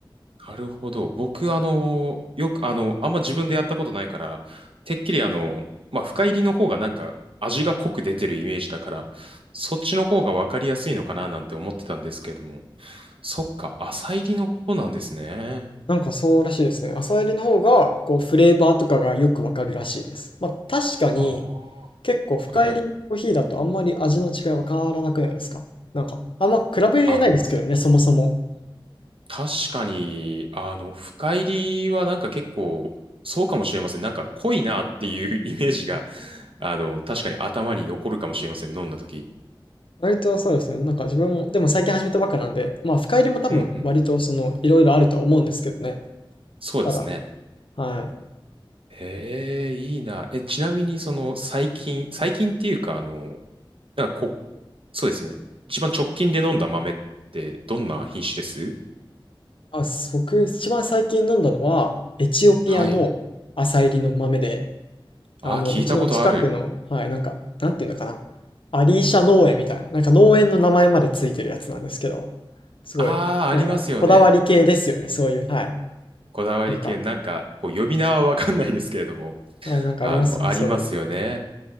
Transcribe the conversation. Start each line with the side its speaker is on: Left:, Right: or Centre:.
Right: なるほど。僕、あの、よく、あの、あんま自分でやったことないから、てっきりあの、まあ、深入りの方がなんか味が濃く出てるイメージだから、そっちの方がわかりやすいのかななんて思ってたんですけれども、そっか、浅入りの方なんですね。
Left: なんかそうらしいですね。朝入りの方が、こう、フレーバーとかがよくわかるらしいです。まあ、確かに、
Right: ああ、は
Left: 結構深入りのコーヒーだとあんまり味の違いわからなくないですかなんか、
Right: いはい。
Left: あんま比べないですけどね、
Right: あ、
Left: そもそも。
Right: 確かに、あの、深入りはなんか結構、そうかもしれません。なんか濃いなっていうイメージが、あの、確かに頭に残るかもしれません。飲んだ時。
Left: 割とそうですね。なんか自分も、でも最近始めたばっかなんで、まあ、深入りも多分、
Right: うんうんうん。
Left: 割とその、いろいろあるとは思うんですけどね。
Right: そうですね。
Left: ただ、はい。
Right: ええ、いいな。え、ちなみに、その、最近、最近っていうか、あの、なんかこ、そうですね。一番直近で飲んだ豆って、どんな品種です
Left: あ、僕、一番最近飲んだのは、エチオピアの朝入りの豆で、
Right: はい。あー、
Left: あの、
Right: 聞いたことある。
Left: うちの近くの、はい、なんか、なんていうのかな。アリーシャ農園みたいな、なんか農園の名前までついてるやつなんですけど、すごい、
Right: ああ、ありますよね。
Left: なんか、こだわり系ですよね、そういう、はい。
Right: こだわり系。
Left: なんか、
Right: なんか、こう、呼び名はわかんないですけれども、
Left: はい、なんかありますよね、
Right: あの、ありますよね。
Left: そういう。